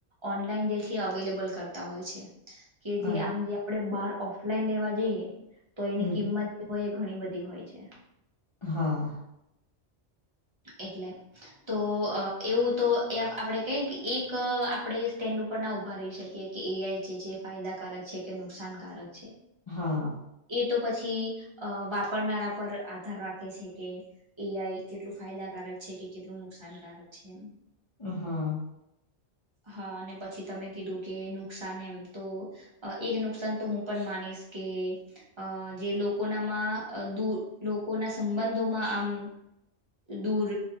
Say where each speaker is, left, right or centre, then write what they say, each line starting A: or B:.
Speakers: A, on the right; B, on the left.
A: ઓનલાઈન જે છે અવેલેબલ કરતા હોય છે કે જે
B: અરે
A: આમ જે આપડે બાર ઓફલાઈન લેવા જઈએ તો એની
B: હમ
A: કિંમત હોય એ ઘણી બધી હોય છે
B: હા
A: એટલે તો એવું તો આપણેે કે કે એક આપણેે સ્ટેન્ડ ઉપર ના ઉભા રહી શકીએ કે એઆઈ છે જે ફાયદાકારક છે કે નુકસાનકારક છે
B: હા
A: એ તો પછી વાપરનારા પર આધાર રાખે છે કે એઆઈ કેટલું ફાયદાકારક છે કે કેટલું નુકસાનકારક છે એમ
B: હા
A: હ હા અને પછી તમે કીધું કે નુકસાન એમ તો એક નુકસાન તો હું પણ માનીશ કે કે અ જે લોકોનામાં દૂર લોકોના સંબંધોમાં આમ દૂર